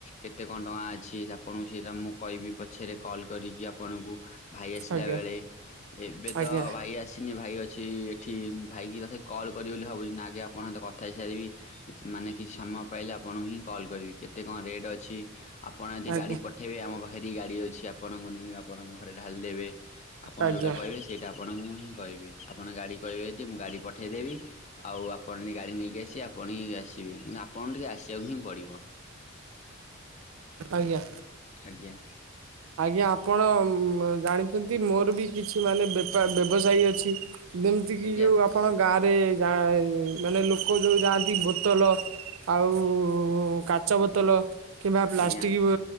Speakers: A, on the left; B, on the right.
A: କେତେ କଣ ଟଙ୍କା ଅଛି ଆପଣଙ୍କୁ ସେଇଟା ମୁଁ କହିବି ପଛରେ କ କଲ୍ କରିକି ଆପଣଙ୍କୁ ଭାଇ ଆସିଲା
B: ଆଜ୍ଞା
A: ବେଳେ ଏବେ
B: ଆଜ୍ଞା
A: ତ ଭାଇ ଆସିନି ଭାଇ ଅଛି ଏଠି ଉଁ ଭାଇକି ବୋଧେ କଲ୍ କରିବି ବୋଲି ଭାବୁଛି ନା ଆଗେ ଆପଣଙ୍କ ସହିତ କଥାହେଇ ସାରିବି କିଛି ମାନେ କିଛି ସମୟ ପାଇଲେ ଆପଣଙ୍କୁ ହିଁ କ କଲ୍ କରିବି କେତେ କଣ ରେଟ୍ ଅଛି ଆପଣ ଯଦି
B: ଆଜ୍ଞା
A: ଗାଡ଼ି ପଠଇବେ ଆମ ପାଖରେ ବି ଗାଡ଼ି ଅଛି ଆପଣଙ୍କୁ ନେଇ ଆପଣଙ୍କ ଘରେ ଢାଳି ଦେବେ। ଆପଣ
B: ଆଜ୍ଞା
A: ଯଉଟା କହିବେ ହିଁ ସେଇଟା ଆପଣଙ୍କୁ ମୁଁ ହିଁ କହିବି ଆପଣ ଗାଡ଼ି କହିବେ ଯଦି ମୁଁ ଗାଡ଼ି ପଠେଇଦେବି। ଆଉ ଆପଣ ଯଦି ଗାଡ଼ି ନେଇକି ଆସିିବେ ଆପଣ ହିଁ ଆସିବେ କିନ୍ତୁ ଆପଣଙ୍କୁ ଟିକେ ଆସିଆକୁ ହିଁ ପଡ଼ିବ।
B: ଆଜ୍ଞା।
A: ଆଜ୍ଞା
B: ଆଜ୍ଞା ଆପଣ ମ-ଉଁ ଜାଣିଛନ୍ତି ମୋର ବି କିଛି ମାନେ ବେପାର ବ୍ୟବସାୟୀ ଅଛି। ଯେମତିକି
A: ଆଜ୍ଞା
B: ଯୋଉ ଆପଣ ଗାଁରେ ଯାଏ ମାନେ ଲୋକ ଯୋଉ ଯାଆନ୍ତି ବୋତଲ ଆଉ କାଚ ବୋତଲ କିମ୍ବା ପ୍ଲାଷ୍ଟିକ
A: ଆଜ୍ଞା
B: ବୋ